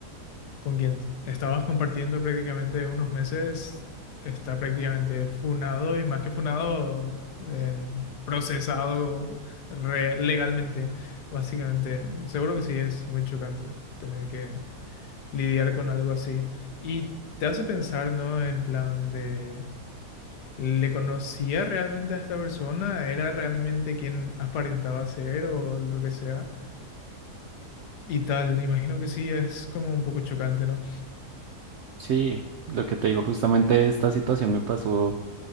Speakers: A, on the left (about 80°); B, on the right (about 75°).
A: con quien estabas compartiendo prácticamente unos meses, está prácticamente funado y más que funado, eh, procesado re- legalmente, básicamente. Seguro que sí es muy chocante tener que lidiar con algo así. Y te hace pensar, ¿no? En plan de... ¿Le conocía realmente a esta persona? ¿Era realmente quien aparentaba ser o lo que sea? Y tal, imagino que sí, es como un poco chocante, ¿no?
B: Sí, lo que te digo, justamente esta situación me pasó